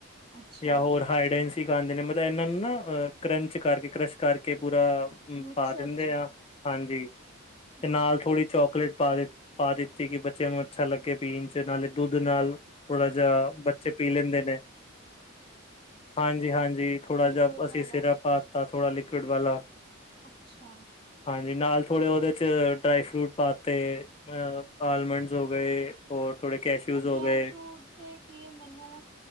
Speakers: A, on the right; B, on the left.
A: ਅੱਛਾ
B: ਜਾਂ ਹੋਰ ਹਾਈਡ ਐਨ ਟੀ ਖਾਂਦੇ ਨੇ ਮਤਲਬ ਇਹਨਾਂ ਨੂੰ ਨਾ ਅ ਕਰੰਚ ਕਰਕੇ, ਕਰਸ਼ ਕਰਕੇ ਪੂਰਾ
A: ਮਿਕਸਰ
B: ਪਾ ਦਿੰਦੇ
A: ਚ
B: ਆ। ਹਾਂਜੀ,
A: ਅੱਛਾ
B: ਤੇ ਨਾਲ ਥੋੜ੍ਹੀ ਚੋਕਲੇਟ ਪਾ ਦਿਤ, ਪਾ ਦਿੱਤੀ ਕਿ ਬੱਚਿਆਂ ਨੂੰ ਅੱਛਾ ਲੱਗੇ ਪੀਣ ਚ, ਨਾਲੇ ਦੁੱਧ ਨਾਲ ਥੋੜਾ ਜਾ ਬੱਚੇ ਪੀ ਲੈਂਦੇ ਨੇ। ਹਾਂਜੀ-ਹਾਂਜੀ, ਥੋੜਾ
A: ਲਿਕੁਿਡ
B: ਜਿਹਾ
A: ਵਾਲਾ
B: ਅਸੀਂ ਸਿਰਪ ਪਾਤਾ ਥੋੜਾ ਲਿਕਵਿਡ ਵਾਲਾ
A: ਅੱਛਾ।
B: ਹਾਂਜੀ, ਨਾਲ ਥੋੜ੍ਹੇ ਉਹਦੇ ਚ ਡਰਾਈ ਫਰੂਟ ਪਾਤੇ। ਅ ਆਲਮੰਡਸ ਹੋ ਗਏ ਔਰ ਥੋੜੇ ਕੈਸ਼ਿੂਜ਼
A: ਔਰ
B: ਹੋ
A: ਡਰਾਈ
B: ਗਏ।
A: ਫਰੂਟ ਤੇ ਕੀ ਐ ਮੈਨੂੰ